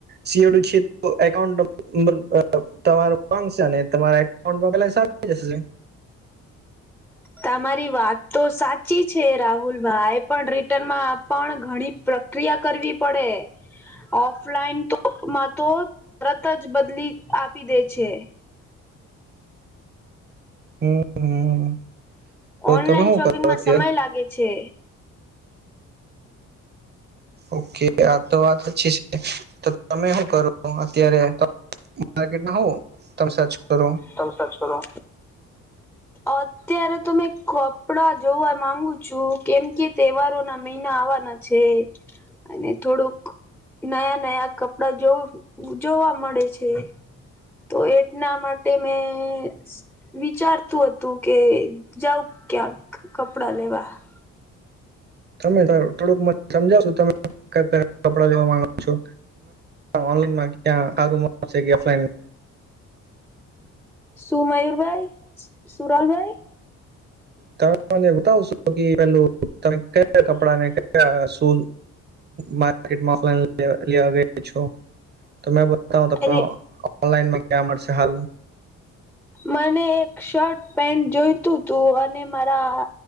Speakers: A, on the right; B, in the centre.
A: સીડી છે તો એકાઉન્ટ નંબર તમારું પાંક છે ને તમારા એકાઉન્ટમાં બેલેન્સ આવી જશે.
B: તમારી વાત તો સાચી છે રાહુલ ભાઈ પણ રિટર્નમાં પણ ઘણી પ્ર ક્રિયા કરવી પડે ઓફલાઈનમાં તો બુકમા તો તરત જ બદલી આપી દે છે.
A: હમ હમ તો
B: ઓનલાઈન
A: તમે શું
B: શોપિંગમાં
A: કરો અત્યારે
B: સમય લાગે છે.
A: ઓકે આ તો વાત ચી છે તો તમે શું કરો અત્યારે? માર્કેટમાં હો તમે સર્ચ કરો?
B: તમ સર્ચ કરો? અત્યારે તો મેં કપડા જોવા માંગુ છું કેમ કે તહેવારો ના મહિના આવવાના છે અને થોડુંક નયા નયા કપડા જોવુ જોવા મળે છે. તો એટના માટે મેં વિચારતું હતું કે જાવ ક્યાંક કપડા લેવા. <inaudible>
A: તમે થોડુંક મ સમજાવશો તમે ક ક કપડા લેવા માંગો છો? ઓનલાનમાં ક્યા સારું મ ઓફલાઈન.
B: સુ મયુરભાઈ સુરાલભાઈ
A: તમે મ બતાવશો કે પેલું તમે કયા કપડા ને કયા સુ માર્કેટમાં ઓલાઈન લેવા ગયો છું તો મે બતા હ ત
B: અરે
A: ઓનલાઈનમાં ક્યાં મળશે સારું.
B: મને એક શર્ટ પેન્ટ જોઈતું હતું અને મારા